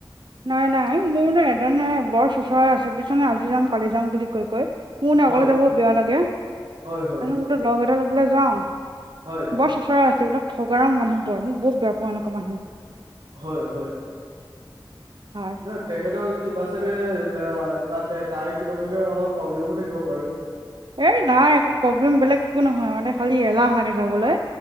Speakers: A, on the right; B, on the right.
A: নাই, নাই মোৰ ন এদণে বৰ চোচৰা আছে পিছ ন আজি যাম কালি যাম বুলি কৈ কৈ। মোৰ নহ
B: হয়,
A: অকলে যাব বেয়া লাগে,
B: হয়, হয়,
A: <unintelligible> বোলো লগ এটা লবলে যাওঁ।
B: হয়।
A: বৰ চুচৰা আছে এইবাক ঠগ মানুহবোৰ মই বহু বেয়া পাওঁ এনেুৱা মানুহ।
B: হয়, হয়।
A: হয়।
B: নহয়, তেখেতৰ কিবা চাগে বা তাই কিবা চাগে অলপ প্ৰব্লেমো থাকিব পাৰে।
A: এই নাই একো প্ৰব্লেম বেলেগ একো নহয়, মানে খালি এলাহ লাগে যাবলৈ